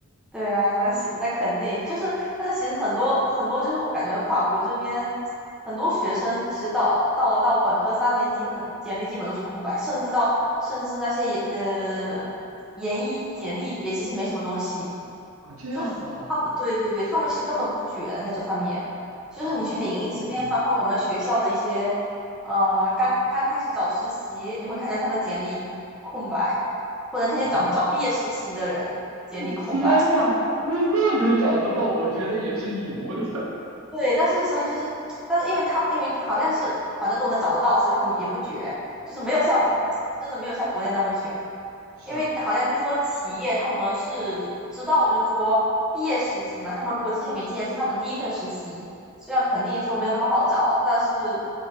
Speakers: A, in the centre; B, on the right.
A: 对啊，那行，那肯定就是，但是其实很多很多就是我感觉法国这边很多学生其实到到到本科三年级很简历基本都是空白，甚至到甚至那些研呃研一简历也其实没什么东西，
B: 啊，这样吗？
A: 就是他们对对对，他们其实根本不卷在这方面，就是你去领英随便翻翻我们学校的一些呃刚刚开始找实习，
B: 啊，
A: 你会看见他们简历空白，或者那些找找毕业实习的人简历空白。
B: <laughs> 天呐，那那能找得到，我觉得也是牛的。<laughs>
A: 对，但是所以就是，但是因为他因为好像是反正都能找得到，所以他们也不卷，就是没有像真的没有像国内那么卷，
B: 啊，是啊，
A: 因为好像就是说企业他们是知道，就是说毕业实习嘛，他们如果之前没经验是他们第一份实习，虽然肯定说没有那么好找，但是